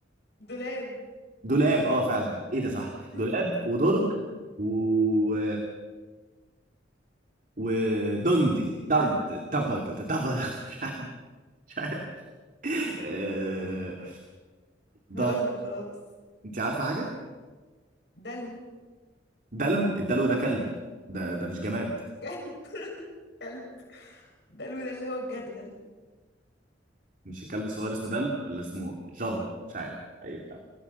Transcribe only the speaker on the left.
دولاب
<laughs>
هقول لك خلاص
دلو
كلب <laughs> كلب دلو ده اللي هو الجردل